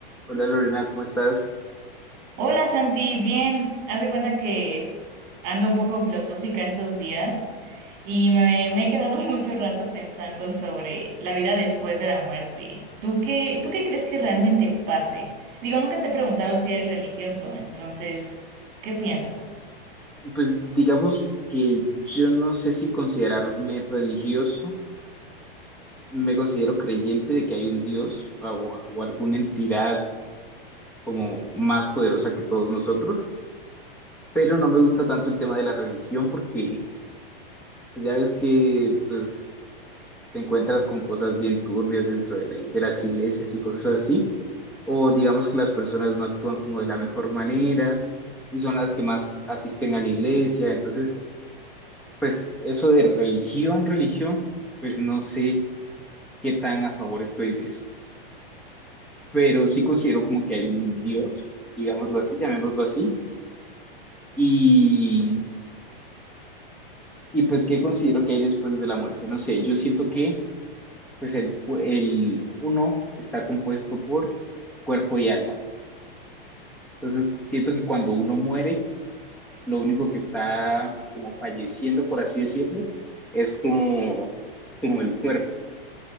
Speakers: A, in the centre; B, on the right.
A: Hola Lorena, ¿cómo estás?
B: Hola Santi, bien. Haz de cuenta que ando un poco filosófica estos días y me, me he quedado <laughs> mucho rato pensando sobre la vida después de la muerte. ¿Tú qué, tú qué crees que realmente pase? Digo, nunca te he preguntado si eres religioso, entonces, ¿qué piensas?
A: Pues digamos que yo no sé si considerarme religioso, me considero creyente de que hay un Dios o, o alguna entidad como más poderosa que todos nosotros, pero no me gusta tanto el tema de la religión porque pues, ya ves que pues, te encuentras con cosas bien turbias dentro de la- de las iglesias y cosas así, o digamos que las personas no actúan como de la mejor manera y son las que más asisten a la iglesia, entonces... Pues eso de religión, religión, pues no sé qué tan a favor estoy de eso, pero sí considero como que hay un Dios, digámoslo así, llamémoslo así, y, y pues qué considero que hay después de la muerte, no sé, yo siento que pues el, el uno está compuesto por cuerpo y alma, entonces siento que cuando uno muere, lo único que está como falleciendo, por así decirlo, es como, como el cuerpo